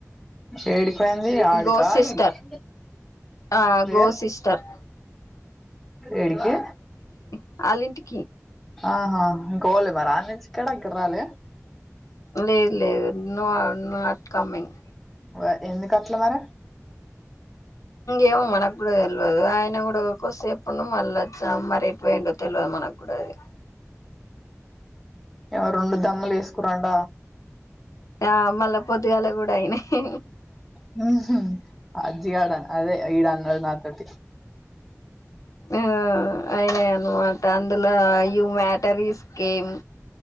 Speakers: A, in the centre; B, on the left.
A: ఏడికిపోయింది ఆడీకా
B: గో సిస్టర్
A: ఇడీకా
B: ఆ గో
A: ఏ
B: సిస్టర్
A: ఏడికి
B: వాళ్ళ ఇంటి
A: ఆహా పోలే మరి ఆడి నుంచ్చి ఇక్కడ రాలె
B: లేదు లేదు నో నా నాట్ కమ్మింగ్
A: వ ఎందుకు అట్లా మరి
B: ఏమో మనకూడతెల్వదు ఆయన కూడా కోసేపు పున్ను మల్లా చ్చం మరి ఎట్ పోయిండ తెలువదు మనకూడ అది
A: ఏమో రెండు ద్దమ్ము లేసుకురంట
B: ఆ మళ్ళా పొద్దుగాల కూడా అయినాయి
A: హు హు అజ్జి గాడా అదే ఈడ అన్నడు నాతోటి
B: ఆ అయినాయి అన్నమాట అందులో you matter is came